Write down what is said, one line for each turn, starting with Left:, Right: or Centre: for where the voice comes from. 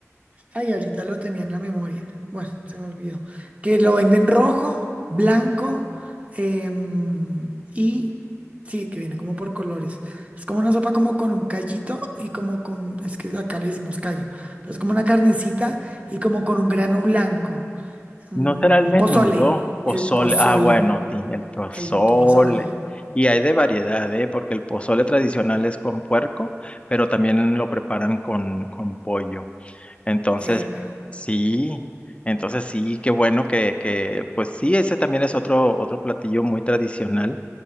Right: Ay, ahorita lo tenía en la memoria. Bueno, se me olvidó. Que lo venden rojo, blanco em, y sí, que viene como por colores. Es como una sopa como con un callito y como con, es que acá le decimos callo, pero es como una carnecita y como con un grano blanco. Mm,
Left: ¿No será el menudo?
Right: pozole,
Left: Pozole.
Right: el pozole,
Left: Ah, bueno, sí, el pozole.
Right: el pozole.
Left: Y hay de variedad, ¿eh? Porque el pozole tradicional es con puerco, pero también lo preparan con, con pollo. Entonces,
Right: Epa.
Left: sí, entonces sí, qué bueno que, que, pues sí, ese también es otro, otro platillo muy tradicional,